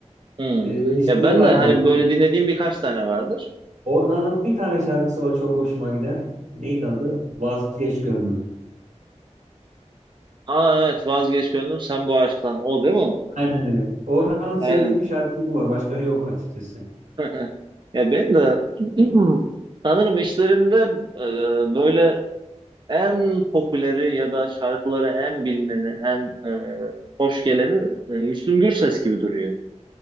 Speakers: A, on the right; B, on the right.
A: Hmm.
B: Ee, şeyi
A: Ya ben
B: vardı.
A: de hani böyle dinlediğim birkaç tane vardır.
B: Orhan'ın bir tane şarkısı var çok hoşuma gider. Neydi adı? Vazgeç Gönlüm.
A: Aa evet vazgeç gönlüm sen bu aşktan. O değil mi?
B: Aynen öyle. Orhan'ın sevdiği
A: Aynen.
B: bir şarkısı bu var. Başka yok açıkçası.
A: <laughs> Ya ben de <clears throat> sanırım işlerinde e, böyle en popüleri ya da şarkıları en bilineni, en e, hoş geleni e, Müslüm Gürses gibi duruyor.